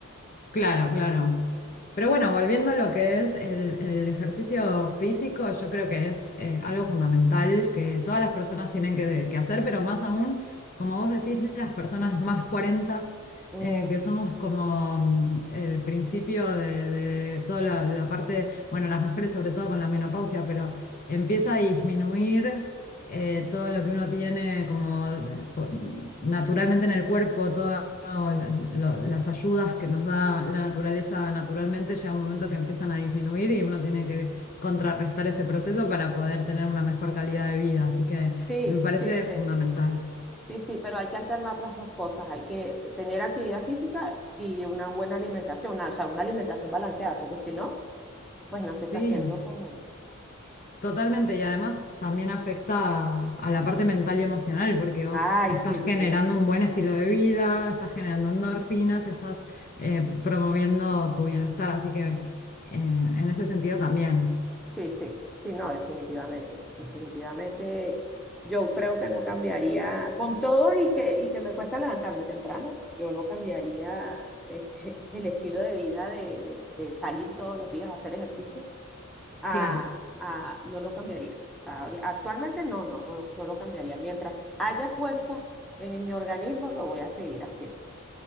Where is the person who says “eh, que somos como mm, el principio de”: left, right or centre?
Left